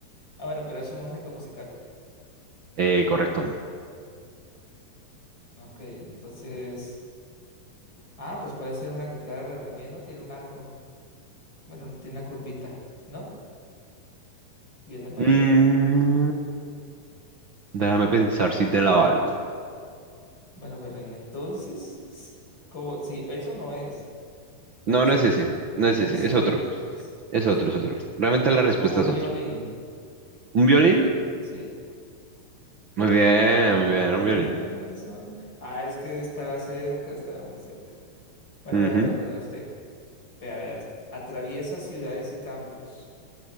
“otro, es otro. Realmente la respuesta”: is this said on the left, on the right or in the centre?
Right